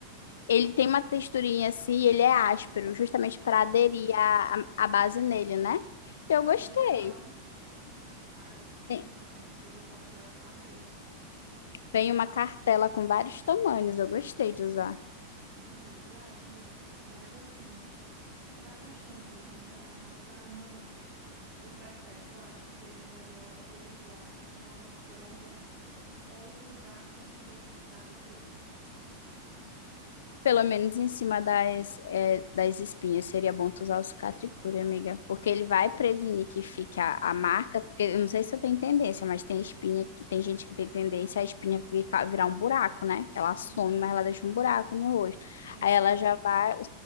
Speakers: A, on the left (about 60°); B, on the right (about 40°).
A: Ele tem uma texturinha assim, e ele é áspero, justamente para
B: uhum.
A: aderir a, a, a base nele, né?
B: Ah,
A: Eu gostei.
B: que legal. Ah, gostei.
A: Tem,
B: Então, eu vou procurar saber.
A: tem uma cartela com vários tamanhos, eu gostei de usar.
B: Ah, legal, amiga. Mas assim, para a questão mesmo da, das manchas, tu prefere, tu acha que seria melhor eu usar, continuar usando o CeraVe ou mudar 100% pro Cicatricure?
A: Pelo menos em cima das, é, das espinhas, seria bom tu usar o cicatricure amiga. Porque ele vai prevenir que fique a, a marca, porque eu não sei se eu tenho tendência, mas tem espinha, que tem gente que tem tendência a espinha ficar, virar um buraco, né? Ela some,
B: Uhum.
A: mas ela deixa um buraco no rosto.
B: Sim,
A: Aí ela já vai, o